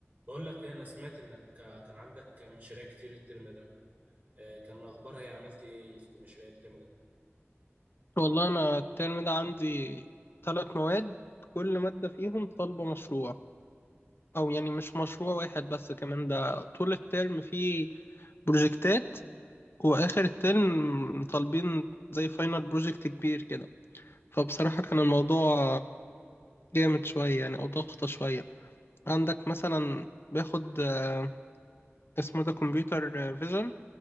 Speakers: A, on the right; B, on the left.
A: بقول لك إيه، انا سمعت انك كان عندك مشاريع كتير الترم ده آه، كان اخبارها ايه عملت ايه في المشاريع الترم ده
B: والله أنا الترم ده عندي ثلاث مواد كل مادة فيهم طالبة مشروع أو يعني مش مشروع واحد بس كمان ده طول الترم فيه بروجكتات وآخر الترم طالبين زي فاينل بروجكت كبير كده فبصراحة كان الموضوع جامد شوية يعني أو ضغطة شوية عندك مثلا باخد آه، اسمه ده كمبيوتر فيجن